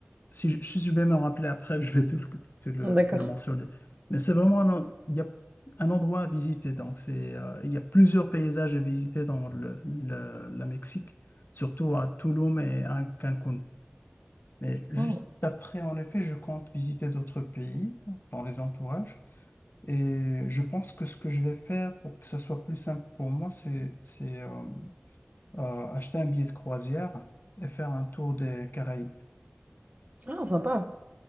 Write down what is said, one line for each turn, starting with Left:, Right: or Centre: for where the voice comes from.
Left: si je, si je vais me rappeler après, <laughs> je vais te le, te le-
Right: D'accord.
Left: te le mentionner. Mais c'est vraiment un, en- il y a un endroit à visiter. Donc, c'est, euh, il y a plusieurs paysages à visiter dans le, le- la Mexique, surtout à Tulum et à Cancun. Mais juste
Right: Oh, s-
Left: après, en effet, je compte visiter d'autres pays dans les entourages. Et je pense que ce que je vais faire pour que ça soit plus simple pour moi, c'est c'est, euh, euh, acheter un billet de croisière et faire un tour des Caraïbes.
Right: Ah, sympa.